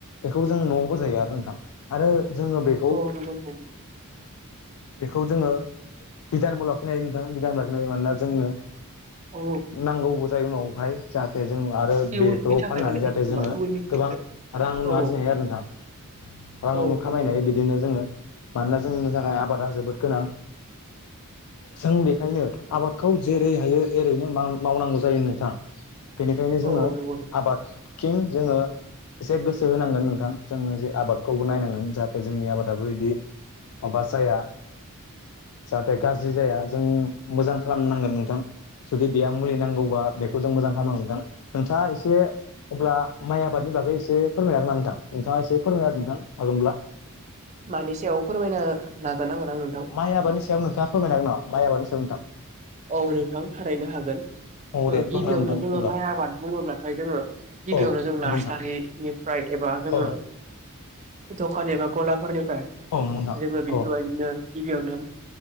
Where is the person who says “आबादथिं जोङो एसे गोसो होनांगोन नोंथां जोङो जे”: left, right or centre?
Left